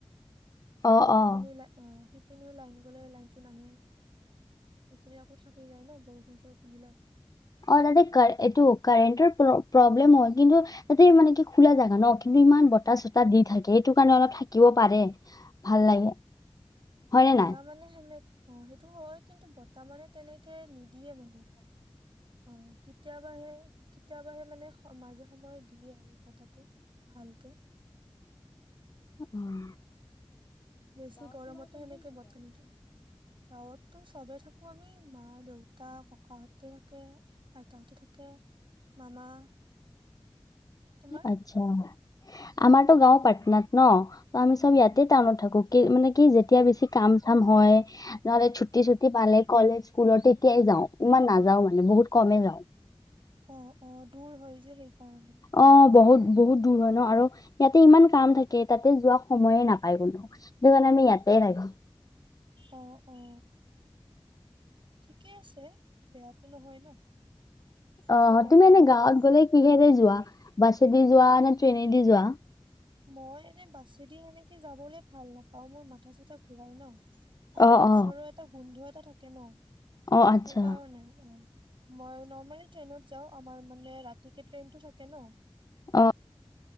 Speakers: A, on the left (about 40°); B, on the right (about 55°).
A: অ', অ',
B: ইপিনে লা <unintelligible> অ', <unintelligible> ইপিনে লাইন গ'লে লাইনটো নাহেই, এইপিনে আকৌ থাকেই যায় ন' বৰষুণ-চৰষুণ দিলেও।
A: অ', তাতে কাৰে এইটো কাৰেণ্টৰ প্ৰব্লেম হয়, কিন্তু ইয়াতে মানে কি খোলা জাগা ন'। কিন্তু ইমান বতাহ-চতাহ দি থাকে। সেইটো কাৰণে অলপ থাকিব পাৰে ভাল লাগে। হয়নে
B: বতাহ
A: নাই?
B: মানে সেনেক অ' সেইটো হয়, কিন্তু বতাহ মানে তেনেকে নি দিয়ে মানে অ' কেতিয়াবাহে কেতিয়াবাহে মানে মাজে সময়ে দিয়ে আৰু বতাহটো ভালকে।
A: উম।
B: বেছি গৰমত সেনেকে বতাহ নিদিয়ে। গাঁৱতো চবেই থাকো আমি, মা, দেউতা, ককাহঁতে থাকে, আইতাহতে থাকে, মামা তোমাৰ
A: আচ্ছা। আমাৰতো গাঁও পাটনাত ন। ত আমি সব ইয়াতে
B: অ
A: টাউনত থাকো। কি মানে কি যেতিয়া বেছি কাম চাম হয় নহ'লে ছুটি ছুটি পালে। কলেজ, স্কুলত তেতিয়াই যাওঁ। ইমান নাযাও মানে বহুত কমেই যাওঁ।
B: অ'। অ' দূৰ হয় যে সেইকাৰণে।
A: অ বহুত বহুত দূৰ হয় ন আৰু ইয়াতে ইমান কাম থাকে, তাতে যোৱা সময়ে নাপায় কোনো সেই কাৰণে আমি ইয়াতে লাগো
B: অ' অ'। ঠিকেই আছে বেয়াটো নহয় ন।
A: অ'
B: চব একেলগে
A: তুমি এনে গাঁৱত
B: থাকা
A: গ'লে কিহেতে যোৱা বাছেদি যোৱা নে ট্ৰেইনে? দি যোৱা।
B: মই এনে বাছেদি সেনেকে যাবলৈ ভাল নাপাও মোৰ মাথা চাথা ঘূৰাই ন। আৰু
A: অ
B: বাছৰৰ
A: অ
B: এটা গোন্ধ এ থাকে ন
A: অ আচ্ছা
B: সেই কাৰণে অ মই নৰ্মেলি ট্ৰেইনত যাওঁ আমাৰ মানে ৰাতিকে ট্ৰেইনটো থাকে ন
A: অ